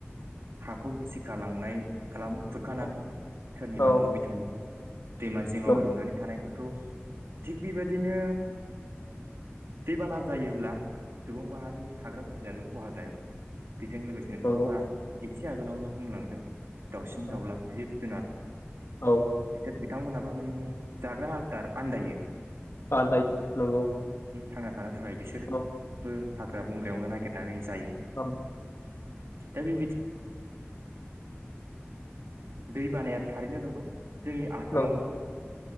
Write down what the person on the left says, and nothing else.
औ
औ
औ
नंगौ
औ
औ ।
<unintelligible> दायो नंगौ
औ
औ
नंगौ